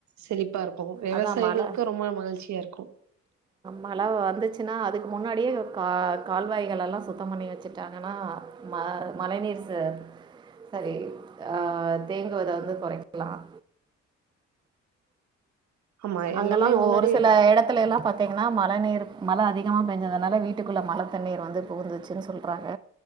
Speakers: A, on the right; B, on the right.
A: சரிிப்பா இரு ஓ விவசாயிகளுக்கு
B: அதான் மழை
A: ரொம்ப மகிழ்ச்சியா இருக்கும்
B: மழை வந்துச்சுன்னா அதுக்கு முன்னாடியே கா கால்வாய்கள் எல்லாம் சுத்தம் பண்ணி வச்சுட்டாங்கன்னா ம மழைநீர் சாரி ஆ தேங்குவத வந்து குறைக்கலாம்
A: ஆமா
B: அங்கெல்லாம்
A: எல்லாமே முன்னாடி
B: ஒரு சில இடத்துல எல்லாம் பாத்தீங்கன்னா மழ நீர் மழ அதிகமா பெஞ்சதுனால வீட்டுக்குள்ள மழ தண்ணீர் வந்து புகுந்துச்சுன்னு சொல்றாங்க